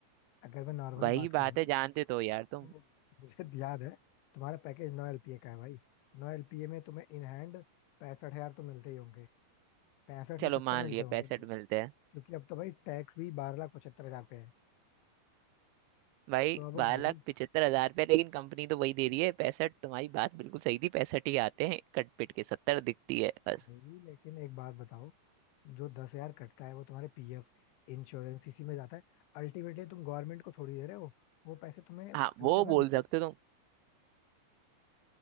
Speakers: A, on the left; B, on the right.
A: अगर मैं नॉर्मली
B: वही
A: बात
B: बात
A: करूँ
B: है
A: ना
B: जानते तो हो यार
A: तो
B: तुम
A: मुझे <laughs> याद है तुम्हारा पैकेज नौ एलपीए का है भाई नौ एलपीए में तुम्हें इन हैंड पैंसठ हजार तो मिलते ही होंगे पैंसठ
B: चलो
A: से सत्तर
B: मान
A: मिलते
B: लिया
A: होंगे
B: पैंसठ मिलते हैं
A: क्योंकि अब तो भाई टैक्स भी बारह लाख पचहत्तर हजार पे है
B: भाई
A: तो अब
B: बारह
A: भाई
B: लाख पिचहत्तर हजार रुपये लेकिन कंपनी तो वही दे रही है पैंसठ तुम्हारी बात बिल्कुल सही थी पैंसठ ही आते हैं कट पिट के सत्तर दिखती है बस
A: भाई लेकिन एक बात बताओ जो दस हजार कटता है वो तुम्हारे पीएफ इंश्योरेंस इसी में जाता है अल्टीमेटली तुम गवर्नमेंट को थोड़ी दे रहे हो वो पैसे तुम्हें
B: हाँ
A: फ्यूचर
B: वो बोल
A: में
B: सकते हो तुम